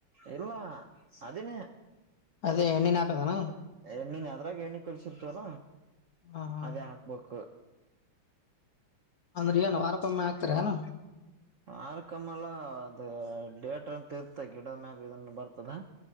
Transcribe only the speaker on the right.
ಇಲ್ಲ ಅದನೇಣ್ಣನ್
ಅದ್ರಾಗ ಎಣ್ಣಿ ಕಲ್ಸಿಲ್ ಚರ
ಅದೇ ಹಾಕ್ಬೇಕು
ಆರಕಮ್ಮಲ್ಲಾ ಅದು ಡೇಟ್ರ ಅಂತ ಇರ್ತ ಗಿಡದ ಮ್ಯಾಗ ಇದನ್ನು ಬರ್ತದ